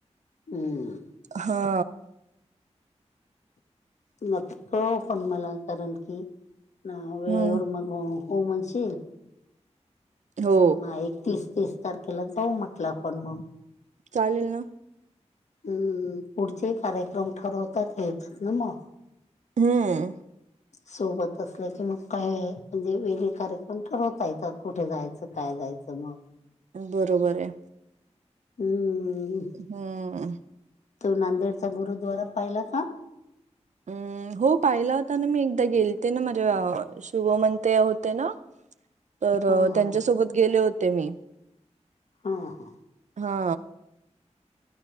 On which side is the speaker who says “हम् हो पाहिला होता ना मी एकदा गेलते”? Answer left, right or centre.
Right